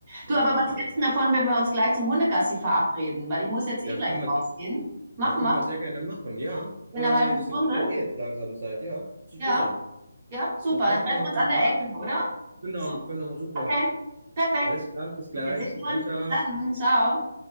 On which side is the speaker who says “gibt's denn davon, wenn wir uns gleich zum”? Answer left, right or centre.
Right